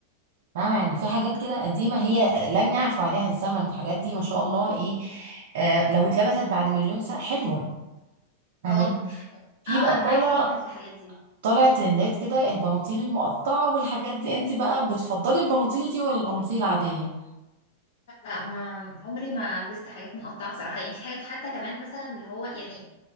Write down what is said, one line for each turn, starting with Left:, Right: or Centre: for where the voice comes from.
Right: فاهمة يعني في حاجات كده قديمة هي لم يعفو عليها الزمن الحاجات دي ما شاء الله ايه آه لو اتلبست بعد مليون سنة حلوة فاهمين
Left: اه
Right: في
Left: اه
Right: بقى
Left: انا
Right: طالع
Left: معاكي جدا في الحاجات دي
Right: طالع ترندات كده البناطيل المقطعة والحاجات دي انت بقى بتفضلي البناطيل دي ولا البناطيل العادية
Left: لا ما عمري ما لبست حاجات مقطعه بصراحه يعني في حاجات حتى كمان مثلا اللي هو يعني